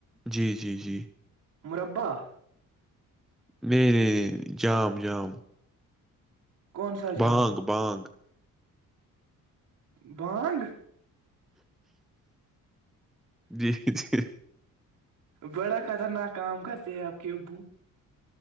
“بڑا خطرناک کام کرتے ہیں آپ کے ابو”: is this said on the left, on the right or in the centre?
Right